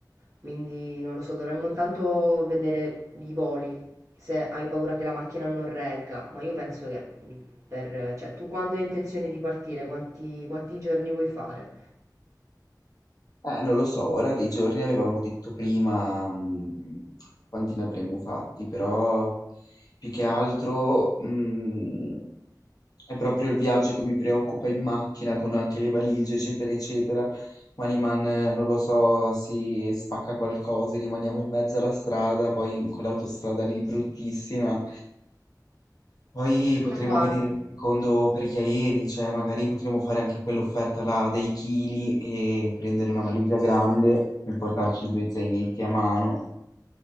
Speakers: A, on the right (about 50°); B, on the left (about 60°).
A: Quindi non lo so, dovremmo intanto vedere i voli, se hai paura che la macchina non regga, ma io penso che, mm, per, cioè, tu quando hai intenzione di partire, quanti quanti giorni vuoi fare?
B: Eh, non lo so, ora dei giorni avevamo detto prima, mhmm, quanti ne avremmo fatti, però più che altro, mhmm, è proprio il viaggio che mi preoccupa in macchina con anche le valigie, eccetera, eccetera. Maniman, eh, non lo so, si spacca qualcosa, e rimaniamo in mezzo alla strada, poi in quell'autostrada lì bruttissima. Poi potremo
A: Ma guarda,
B: vedere un secondo per gli aerei, cioè magari potremo fare anche quell'offerta là dei chili e prendere una valigia grande e portarci due zainetti a mano.